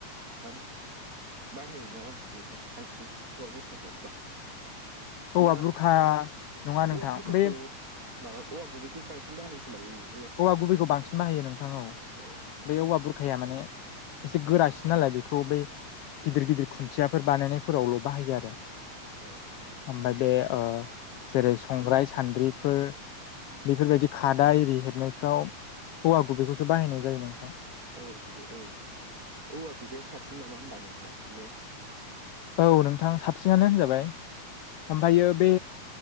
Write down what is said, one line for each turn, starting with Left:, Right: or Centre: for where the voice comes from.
Right: मा बारायो नामा नोंथां बांसिन हौवा बुरखाखौ होमबा
Left: औवा
Right: ना
Left: बुरखा नङा नोंथां
Right: औवा बुरखाखौ
Left: बे
Right: माबा औवा गुबैखौसो बांसिन बाहायखोमालै नों
Left: औवा गुबैखौ बांसिन बाहायो नोंथां
Right: औ
Left: बे औवा बुरखाया माने एसे गोरासिन नालाय बेखौ बै गिदिर गिदिर खुन्थियाफोर बानायनायफोरावल' बाहायो आरो
Right: ए
Left: ओमफ्राय बे जेरै संग्राय सान्द्रिफोर बेफोरबायदि खादा एरि हेबनायफ्राव हौवा गुबैखौसो बाहायनाय जायो नोंथां
Right: औ बबे औ औवा गुबैया साबसिन नामा होमबा नोंथां ने
Left: औ नोंथां साबसिनानो होनजाबाय ओमफायो
Right: अ
Left: बे